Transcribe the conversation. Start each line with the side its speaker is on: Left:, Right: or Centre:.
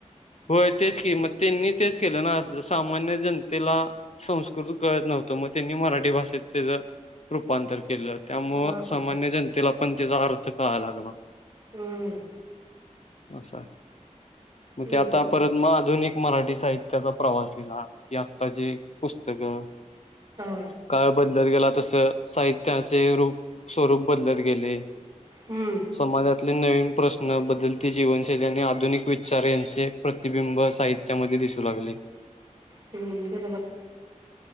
Left: होय तेच की मग त्यांनी तेच केलं ना सामान्य जनतेला संस्कृत कळत नव्हत मग त्यांनी मराठी भाषेत त्याच रूपांतर केलं त्यामुळं
Right: हा हा
Left: सामान्य
Right: हा
Left: जनतेला पण त्याचा अर्थ कळाला बा
Right: हम्म
Left: असा मग
Right: हम्म
Left: ते आता
Right: हम्म
Left: परत मग आधुनिक मराठी साहित्याचा प्रवास लिहिला की आत्ता जे पुस्तकं
Right: हा
Left: काळ बदलत गेला तस साहित्याचे रूप स्वरूप बदलत गेले
Right: हम्म
Left: समाजातले नवीन प्रश्न बदलती जीवनशैली आणि आधुनिक विचार यंत चे प्रतिबिंब साहित्यामध्ये दिसू लागले.
Right: हुं बरोबर